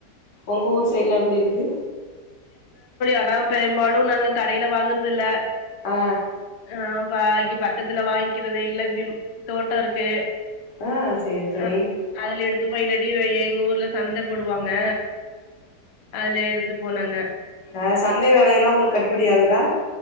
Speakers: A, on the left; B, on the left.
A: உங்க ஊர் சைடுலா எப்டி இருக்கு
B: அனா பெரும்பாலும் நாங்க கடயில வாங்க விக்கறது இல்ல
A: ஆ
B: ஆ பாகி பக்க பக்கத்துல வாங்கிக்கிறது இல்ல <inaudible> தோட்டம் இருக்கு
A: ஆ சேரி தோழி
B: அ அதுல எடுத்து துவளடிக்கிர எங்க ஊர்ல சந்த போடுவாங் அங்க அதுல எடுத் போனாங்க
A: அ சந்தை வேலைய எல்லாம் உங்களுக்கு கட்டுபடி ஆகுதா